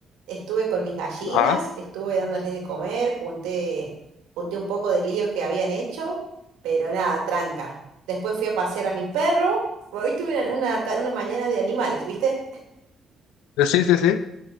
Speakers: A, on the right; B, on the left.
A: Estuve con mis gallinas,
B: Ah,
A: estuve dándoles de comer, junté, junté un poco de lío que habían hecho, pero nada, tranca. Después fui a pasear a mi perro. Hoy tuve una, una ta- una mañana de animales, ¿viste?
B: sí, sí, sí.